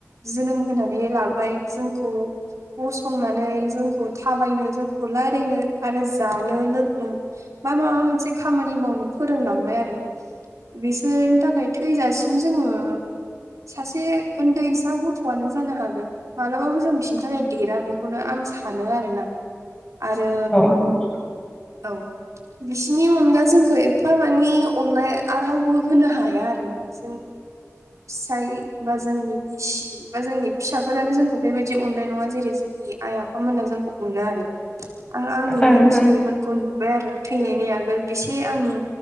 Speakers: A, on the right; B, on the left.
A: जोनोम होनानै लाबाय जोंखौ गसंनानै जोंखौ थाबायनो जोंखौ लायरायनो आरो जानो लों ओ बा माबा मोनसे खामानि मावनो फोरोंलांबाय आरो बिसोरनि थाखाय थैजासिम जोङो सासे ओन्दैसा गथ'आनो जानो हागोन मालाबाबो जों बिसिनि थाखाय देरा बेखौनो आं सानो आरोना आरो
B: <unintelligible>
A: औ बिसिनि अनगा जोंखो एफा मानि अन्नाय आर रावबो होनो हाया आरोना। जों फिसाय बा जोंनि बिसि बा जोंनि फिसाफोरानो जोंखौ बेबायदि अननाय नङा जेरै जोंनि आइ आफामोना जोंखौ अनो आरो आं आंनिनो
B: ओं
A: बिबैमोनख'
B: ओं
A: नुबाय आरो थैनायनि आगोल बिसे आंनि